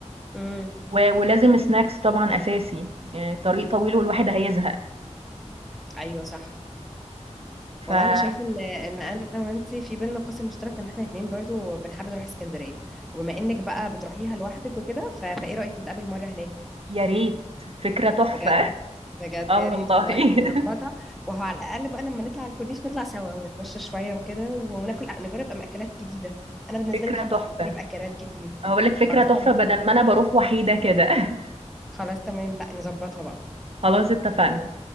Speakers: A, in the centre; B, on the right.
A: امم
B: و ولازم snacks طبعًا أساسي، يعني الطريق طويل والواحد هيزهق،
A: ايوه صح
B: فيا
A: والله انا شايفه ان ان انا وانت في بينا قاسم مشترك ان احنا اتنين برضو بنحب نروح اسكندريه وبما انك بقى بتروحيها لوحدك وكده ف... فايه رايك نتقابل مره هناك
B: ريت، فكرة تحفة،
A: بجد بجد
B: <laughs> آه
A: يا ريت
B: والله،
A: والله
B: <laughs>
A: نظبطها وهو على الاقل بقى لما نطلع على الكورنيش نطلع سوا ونتمشى شويه وكده وناكل نجرب أم- اكلات جديده انا بالنسبه
B: فكرة
A: لي بحب
B: تحفة،
A: اجرب اكلات جديده
B: هاقول لِك فكرة
A: خلاص
B: تحفة
A: تمام
B: بدل ما أنا باروح وحيدة كده، <laughs>
A: خلاص تمام لا نظبطها بقى
B: خلاص اتفقنا.